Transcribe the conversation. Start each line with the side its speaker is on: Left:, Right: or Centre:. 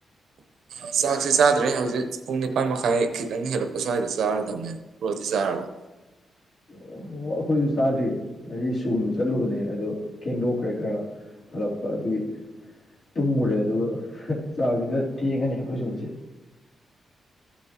Right: ꯑ ꯆꯥꯛꯁꯤꯦ ꯆꯥꯗ꯭ꯔꯦ ꯍꯧꯖꯤꯛ ꯄꯨꯡ ꯅꯤꯄꯥꯟ ꯃꯈꯥꯏ ꯈꯤꯇꯪ ꯍꯦꯜꯂꯛꯄ ꯁ꯭ꯋꯥꯏꯗ ꯆꯥꯔꯗꯝꯕꯅꯦ ꯄꯣꯠꯁꯤ ꯆꯥꯔꯕꯣ <unintelligible>
Left: ꯑꯣ ꯑꯩꯈꯣꯏꯁꯨ ꯆꯥꯗ꯭ꯔꯤꯌꯦ ꯑꯩ ꯁꯨꯒꯨꯟꯕ ꯆꯠꯂꯨꯕꯅꯦ ꯑꯗꯣ ꯊꯦꯡꯗꯣꯛꯈ꯭ꯔꯦ ꯈꯔ ꯍꯥꯂꯛꯞꯄ ꯑꯗꯨꯒꯤ ꯇꯨꯝꯃꯨꯔꯦ ꯑꯗꯨꯒ ꯆꯥꯁꯤꯒ ꯊꯦꯡꯉꯅꯤ ꯑꯩꯈꯣꯏꯁꯨ ꯍꯧꯁꯤ